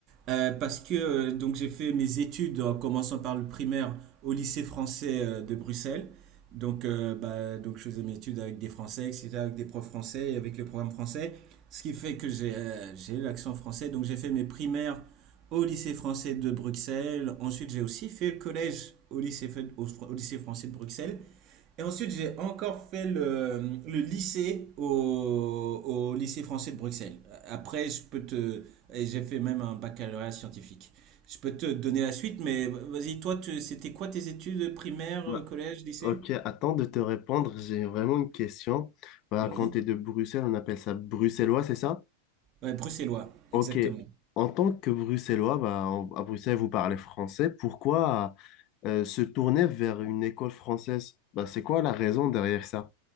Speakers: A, on the right (about 35°); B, on the left (about 40°).
A: Euh, parce que euh, donc j'ai fait mes études en commençant par le primaire au lycée français euh, de Bruxelles. Donc, euh, bah, donc je faisais mes études avec des Français, etc., avec des profs français et avec le programme français. Ce qui fait que j'ai euh, j'ai l'accent français. Donc j'ai fait mes primaires au lycée français de Bruxelles. Ensuite j'ai aussi fait le collège au lycée, fait- au, au lycée français de Bruxelles. Et ensuite, j'ai encore fait le, le lycée au, au lycée français de Bruxelles. Après, je peux te. et J'ai fait même un baccalauréat scientifique. Je peux te donner la suite, mais vas-y, toi, tu- c'était quoi tes études primaires,
B: Bah,
A: euh, collège, lycée?
B: ok, attends de te répondre, j'ai vraiment une question. Bah,
A: Vas-y.
B: quand tu es de Bruxelles, on appelle ça bruxellois, c'est ça?
A: Ouais, bruxellois,
B: Ok,
A: exactement.
B: en tant que bruxellois, bah, en- à Bruxelles, vous parlez français, pourquoi euh, se tourner vers une école française? Bah, c'est quoi la raison derrière ça?